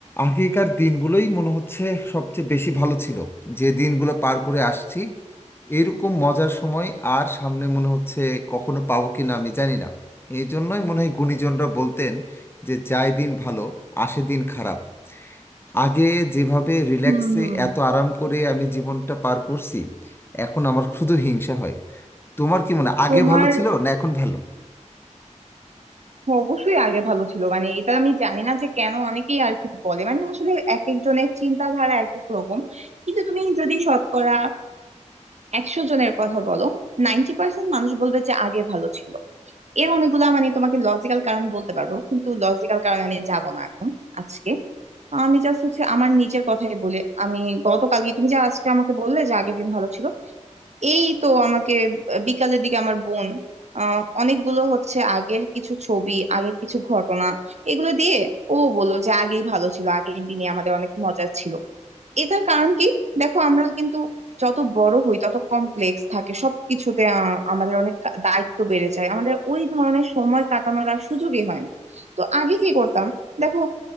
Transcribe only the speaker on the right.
হুম হুম
তোমার
অবশ্যই আগে ভালো ছিল মানে এটা আমি জানি না যে কেন অনেকেই আর কি বলে মানে আসলে এক একজনের চিন্তাধারা এক এক রকম কিন্তু তুমি যদি শতকরা একশো জনের কথা বলো নাইনটি পার্সেন্ট মানুষ বলবে যে আগে ভালো ছিল এর অনেকগুলা মানে তোমাকে লজিক্যাল কারণ বলতে পারবো কিন্তু লজিক্যাল কারণে আমি যাব না এখন আজকে আমি জাস্ট হচ্ছে আমার নিজের কথাই বলি আমি গতকালকে তুমি যে আজকে আমাকে বললে যে আগের দিন ভালো ছিল এই তো আমাকে বিকালের দিকে আমার বোন আহ অনেকগুলো হচ্ছে আগের কিছু ছবি আগের কিছু ঘটনা এগুলো দিয়ে ও বললো যে আগেই ভালো ছিল আগের দিনে আমাদের অনেক মজা ছিল এটার কারণ কি দেখো আমরা কিন্তু যত বড় হই তত কমপ্লেক্স থাকে সবকিছুতে আহ, আমাদের অনেক কা- দায়িত্ব বেড়ে যায় আমাদের ওই ধরনের সময় কাটানোর আর সুযোগই হয় না তো আগে কি করতাম দেখো